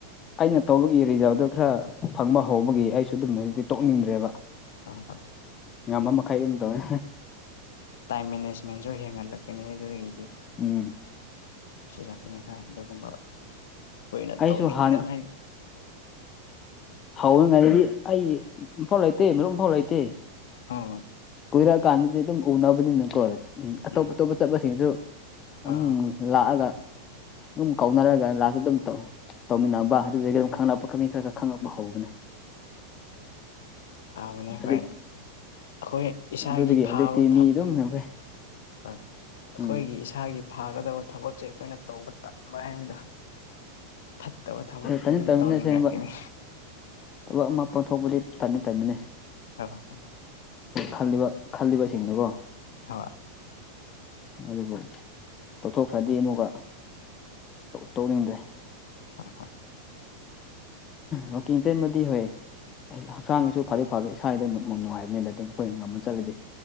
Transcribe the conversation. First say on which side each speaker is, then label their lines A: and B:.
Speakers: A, on the left (about 25°); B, on the left (about 60°).
A: ꯑꯩꯅ ꯇꯧꯕꯒꯤ ꯔꯤꯖꯥꯕꯗꯨ ꯈꯔ ꯐꯪꯕ ꯍꯧꯕꯒꯤ ꯑꯩꯁꯨ ꯑꯗꯨꯝ ꯍꯧꯖꯤꯛꯇꯤ ꯇꯣꯛꯅꯤꯡꯗ꯭ꯔꯦꯕ
B: ꯇ ꯃ
A: ꯉꯝꯃ ꯃꯈꯩ ꯑꯗꯨꯝ ꯇꯧꯋꯦ
B: ꯇꯥꯏ ꯃ ꯣ ꯍꯡꯍꯜꯂꯀꯅꯤ ꯑꯗꯨꯗꯒꯤꯗꯤ
A: ꯎꯝ
B: ꯅꯤ ꯑꯗꯨꯒꯨꯝꯕ ꯑꯩꯈꯣꯏꯅ
A: ꯑꯩꯁꯨ
B: ꯇꯧꯅꯤꯡꯕ
A: ꯍꯥꯟꯅ
B: ꯍꯥꯏ
A: ꯍꯧꯋꯏꯉꯥꯏꯗꯤ ꯑꯩ ꯏꯐꯥꯎ ꯂꯩꯇꯦ ꯃꯔꯨꯞ ꯑꯃꯐꯥꯎ ꯂꯩꯇꯦ
B: ꯑ
A: ꯀꯨꯏꯔꯛꯑꯀꯥꯟꯗꯗꯤ ꯑꯗꯨꯝ ꯎꯅꯕꯅꯤꯅꯀꯣ ꯑꯇꯣꯞ
B: ꯎꯝ
A: ꯑꯇꯣꯞꯄ ꯆꯠꯄꯁꯤꯡꯁꯨ
B: ꯍꯣꯏ
A: ꯑꯗꯨꯝ
B: ꯍꯣꯏ
A: ꯂꯥꯛꯑꯒ ꯑꯗꯨꯝ ꯀꯥꯎꯅꯔꯒ ꯂꯥꯁꯁꯨ ꯑꯗꯨꯝ ꯇꯧꯋ ꯇꯧꯃꯤꯟꯅꯕ ꯑꯗꯨꯗꯨꯗꯒꯤ ꯑꯗꯨꯝ ꯈꯪꯉꯛꯄ ꯈ ꯃꯤ ꯈꯔ ꯈꯔ ꯈꯪꯉꯛꯄ ꯍꯧꯕꯅꯦ
B: ꯑ ꯃꯅꯤ ꯍꯈꯣꯏ
A: ꯍꯧꯖꯤꯛ
B: ꯑꯩꯈꯣꯏ ꯏꯁꯥꯒꯤ
A: ꯑꯗꯨꯗꯒꯤ
B: ꯐꯥꯕ
A: ꯍꯧꯖꯤꯛꯇꯤ ꯃꯤ
B: ꯊꯛꯣꯏ
A: ꯑꯗꯨꯝ ꯌꯥꯝꯈ꯭ꯔꯦ
B: ꯑꯩꯈꯣꯏꯒꯤ
A: ꯎꯝ
B: ꯏꯁꯥꯒꯤ ꯐꯥꯒꯗꯕ ꯊꯕꯛꯁꯦ ꯑꯩꯈꯣꯏꯅ ꯇꯧꯕ ꯇꯟꯕ ꯍꯥꯏꯕꯗꯣ ꯐꯠꯇꯕ ꯊꯕꯛꯇꯤ
A: ꯇꯟꯗꯤ
B: ꯑꯗꯨꯝ
A: ꯇꯟꯕꯅꯦ
B: ꯇꯧꯅꯤꯡꯉꯛꯈꯤꯅꯤ
A: ꯑꯁꯦꯡꯕ ꯊꯕꯛ ꯑꯃ ꯄꯥꯡꯊꯣꯛꯄꯗꯤ ꯇꯅꯤ ꯇꯝꯃꯤꯅꯤ
B: ꯍ
A: ꯈꯜꯂꯤꯕ ꯈꯜꯂꯤꯕꯁꯤꯡꯗꯨꯀꯣ
B: ꯍ
A: ꯑꯗꯨꯕꯨ ꯇꯧꯊꯣꯛꯈ꯭ꯔꯗꯤ ꯑꯃꯨꯛꯒ ꯇꯧꯅꯤꯡꯗ꯭ꯔꯦ
B: ꯍ ꯍꯣꯏ
A: ꯋꯀꯤꯡ ꯆꯟꯃꯗꯤ ꯍꯣꯏ ꯑꯩ ꯍꯛꯆꯥꯡꯒꯤꯁꯨ ꯐꯗꯤ ꯐꯥꯗꯤꯦ ꯏꯁꯥꯗ ꯑꯗꯨ ꯅꯨꯡꯉꯥꯏꯕꯅꯤꯅ ꯑꯗꯨꯝ ꯑꯩꯈꯣꯏꯅ ꯉꯝꯃ ꯆꯠꯂꯗꯤ